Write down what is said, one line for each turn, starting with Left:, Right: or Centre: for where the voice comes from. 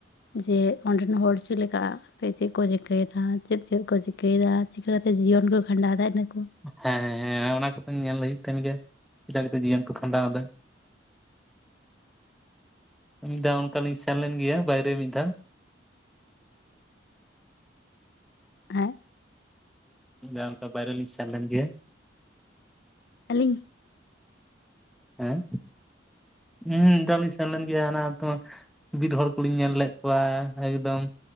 Left: ᱡᱮ ᱚᱸᱰᱮᱱ ᱦᱚᱲ ᱪᱮᱫ ᱞᱮᱠᱟ? ᱛᱚ ᱪᱮᱫ ᱠᱚ ᱪᱤᱠᱟᱹᱭᱮᱫᱟ? ᱪᱮᱫ -ᱪᱮᱫ ᱠᱚ ᱪᱤᱠᱟᱹᱭᱮᱫᱟ? ᱪᱤᱠᱟᱹ ᱠᱟᱛᱮᱫ ᱡᱤᱭᱚᱱ ᱠᱚ ᱠᱷᱟᱸᱰᱟᱣ ᱫᱟ, ᱤᱱᱟ ᱠᱚ?
Centre: ᱦᱮᱸ ᱦᱮᱸ ᱚᱱᱟ ᱠᱚᱫᱚᱧ ᱧᱮᱞ ᱦᱩᱭᱩᱜ ᱠᱟᱱ ᱜᱮᱭᱟ᱾ ᱪᱮᱠᱟ ᱠᱟᱛᱮᱫ ᱡᱤᱭᱚᱱ ᱠᱚ ᱠᱷᱟᱸᱰᱟᱣ ᱮᱫᱟ? ᱡᱟᱣ ᱚᱱᱠᱟ ᱞᱤᱧ ᱥᱮᱱ ᱞᱮᱱ ᱜᱮᱭᱟ, ᱵᱟᱭᱨᱮ ᱢᱤᱫ ᱫᱷᱟᱣ᱾
Left: ᱦᱮᱸ?
Centre: ᱡᱟᱣ ᱵᱟᱭᱨᱮ ᱞᱤᱧ ᱥᱮᱱ ᱞᱮᱱ ᱜᱮᱭᱟ᱾
Left: ᱟᱹᱞᱤᱧ
Centre: ᱦᱮᱸ! ᱦᱩᱸ ᱫᱚ ᱢᱤᱫᱷᱟᱣ ᱞᱤᱧ ᱥᱮᱱ ᱞᱮᱱ ᱜᱮᱭᱟ᱾ ᱚᱱᱟ ᱟᱹᱛᱩ ᱵᱤᱨ ᱦᱚᱲ ᱠᱚᱞᱤᱧ ᱧᱮᱞ ᱞᱮᱫ ᱠᱚᱣᱟ᱾ ᱮᱠᱫᱚᱢ